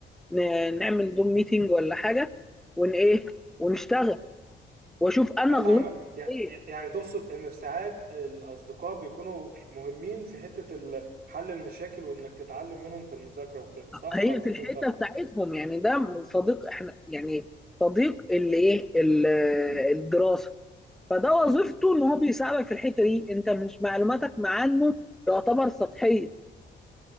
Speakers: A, in the centre; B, on the right (about 50°).
A: ن- نعمل دوم ميتنج ولا حاجه ون ايه ونشتغل واشوف انا
B: أفهمك
A: غلطت
B: يعني
A: ايه
B: يعني تقصد إن في ساعات الأصدقاء بيكونوا مهمين في حتة ال- حل المشاكل وإنك تتعلم منهم في المذاكرة وكده صح
A: هي
B: ولا
A: في الحته
B: فهمت أنا؟
A: بتاعتهم يعني ده صديق احنا يعني صديق اللي ايه ال- الدراسه فده وظيفته ان هو بيساعدك في الحته دي انت مش معلوماتك مع عنه تعتبر سطحيه